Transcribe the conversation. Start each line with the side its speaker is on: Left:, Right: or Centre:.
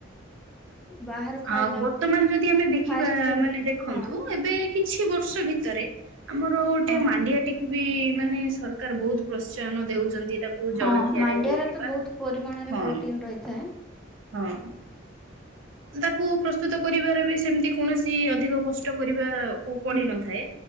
Centre: ବାହାର ଖାଇବା
Right: ଆଉ ବର୍ତ୍ତମାନ ଯଦି ଆମେ ଦେଖିବା
Centre: ଫାଷ୍ଟ ଫୁଡ୍
Right: ମାନେ ଦେଖନ୍ତୁ
Centre: ହଁ
Right: ଏବେ କି କିଛି ବର୍ଷ ଭିତରେ ଆମର ଗୋଟେ
Centre: ହଁ
Right: ମାଣ୍ଡିଆଟିକୁୁ ବି ମାନେ ସରକାର ବୋହୁତ୍ ପ୍ରୋତ୍ସାହନ ଦେଉଚନ୍ତି ତାକୁ
Centre: ହଁ
Right: ଜଳଖିଆରେ
Centre: ମାଣ୍ଡିଆରେ
Right: ହଉ କିମ୍ବା
Centre: ତ ବହୁତ ପରିମାଣରେ
Right: ହଁ।
Centre: ପ୍ରୋଟିନ ରହିଥାଏ।
Right: ହଁ। ତାକୁ ପ୍ରସ୍ତୁତ କରିବାରେ ବି ସେମିତି କୌଣସି ଅଧିକ କଷ୍ଟ କରିବାକୁ ପଡ଼ି ନଥାଏ।